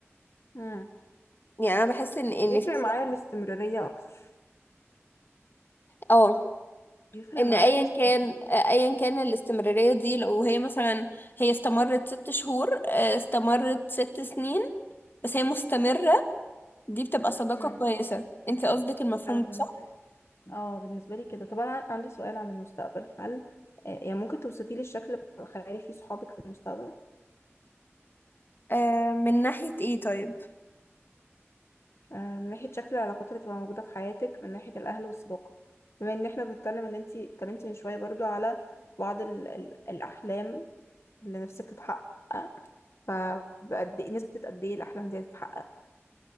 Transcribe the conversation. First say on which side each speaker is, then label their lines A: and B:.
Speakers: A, on the left (about 65°); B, on the left (about 45°).
A: مم.
B: يعني انا بحس ان ان
A: يفرق
B: في فرق
A: معايا الاستمرارية أكتر
B: اه
A: يفرق
B: ان
A: معايا
B: ايا
A: الاستمرارية
B: كان آه، ايا كان الاستمراريه دي لو هي مثلا هي استمرت ست شهور آه، استمرت ست سنين بس هي مستمرة دي بتبقى صداقة
A: مم.
B: كويسة انت قصدك المفهوم
A: انا بالنسبه
B: ده صح؟
A: لي اه بالنسبه لي كده طب انا عن- عندي سؤال عن المستقبل هل آه، يعني ممكن توصفي لي الشكل الخيالي في صحابك في المستقبل
B: آه، من ناحية ايه طيب؟
A: آه، من ناحيه شكل العلاقات اللي تبقى موجوده في حياتك من ناحيه الاهل والصداقه بما ان احنا بنتكلم ان انتي اتكلمتي من شويه برضو على بعض ال ال الاحلام اللي نفسك تتحقق فبقد ايه نسبه قد ايه الاحلام دي هتتحقق